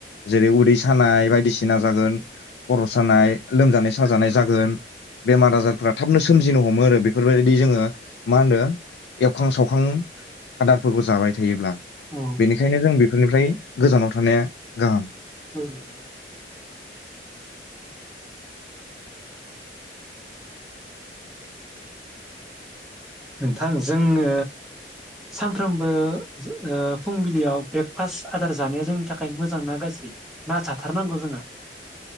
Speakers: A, on the left; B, in the centre.
A: जेरै उदै सा सानाय बायदिसिना जागोन। खर' सानाय लोमजानाय सा साजानाय जागोन बेमार आजारफ्रा थाबनो सोमजिनो हमो आरो बेफोरबायदि जोङो मा होनदो एवखां सावखां आदारफोरखौ जाबाय थायोब्ला।
B: औ नोंथां
A: बेनिखायनो जों बेफोरनिफ्राय गोजानाव थानाया गाहाम
B: औ नोंथां। नोंथां जोङो सानफ्रोमबो ओ फुंबिलियाव ब्रेकफास्ट आदार जानाया जोंनि थाखाय मोजां ना गाज्रि ना जाथारनांगौ जोङो।